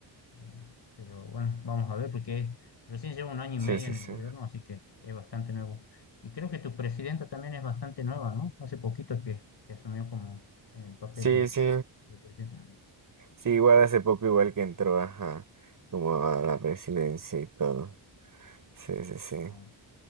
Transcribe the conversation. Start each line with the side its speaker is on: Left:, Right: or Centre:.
Left: Eh, pero bueno, vamos a ver, porque recién llevo un año y
Right: Sí,
Left: medio
Right: sí,
Left: en
Right: sí.
Left: el gobierno, así que es bastante nuevo. Y creo que tu presidenta también es bastante nueva, ¿no? Hace poquito que, que asumió como en el papel
Right: Sí,
Left: de,
Right: sí.
Left: de presidenta.
Right: Sí, igual hace poco, igual que entró, ajá. Como a la presidencia y todo. Sí, sí, sí.
Left: Eh,